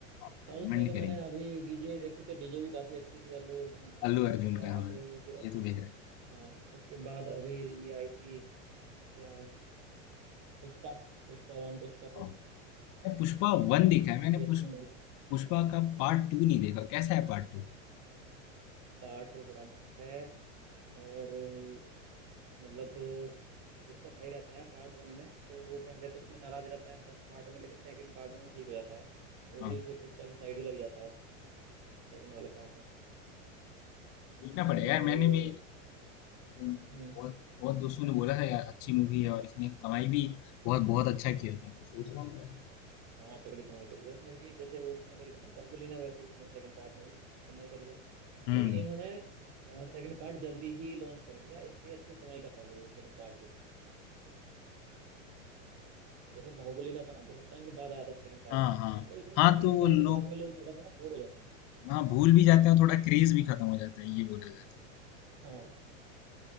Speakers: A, on the left; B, on the right.
A: आप
B: साउथ
A: रिकमेंड
B: में तो
A: करेंगे
B: मैंने अभी डीजे देखी थी डीजे भी काफी अच्छी थी अल्लू अर्जुन की
A: अल्लू
B: उसके
A: अर्जुन
B: बाद
A: का हाँ
B: जो अभी
A: ये तो देख रहे
B: हाँ उसके बाद अभी ये आई थी क्या पुष्पा Pushpa one Pushpa two
A: हैं मैं पुष्पा वन देखा है
B: ये
A: मैंने
B: भी अच्छी
A: पुष,
B: मूवी थी
A: पुष्पा का पार्ट टू नहीं देखा कैसा है पार्ट टू
B: पार्ट टू बड़ा मस्त है और अ, मतलब अ, जो उसका भाई रहता है पार्ट वन में तो वो पहले तो उसमें नाराज रहता है फर्स्ट पार्ट में लेकिन सेकंड पार्ट में वो ठीक हो जाता है वो
A: हाँ
B: भी फिर पुष्पा की साइड ही लग जाता है सेकंड वाले पार्ट में
A: देखना
B: और
A: पड़ेगा यार मैंने
B: अ,
A: भी अम,
B: हम्म
A: बहुत बहुत दोस्तों ने बोला था यार अच्छी मूवी है और इसने कमाई भी बहुत बहुत अच्छा किया था तो सोच रहा हूँ मैं
B: हाँ तगड़ी कमाई करी है इसने भी जैसे वो उसने करी थी ना बाहुबली ने वैसे ही इसने सेकंड पार्ट ने भी कमाई करी है
A: हम्म
B: लेकिन इन्होंने सेकंड पार्ट जल्दी ही लॉन्च कर दिया इसलिए अच्छी कमाई कर पाई है ये सेकंड पार्ट जैसे बाहुबली का था ना बहुत टाइम के बाद आया था सेकंड पार्ट
A: हाँ हाँ
B: मतलब इतने
A: हाँ तो
B: इतने
A: वो
B: टाइम
A: लोग
B: के बाद में लोग थोड़ा सा ना बोर हो जाते हैं
A: हाँ भूल भी जाते हैं थोड़ा क्रेज भी खत्म हो जाता है ये बोला जाता है
B: हाँ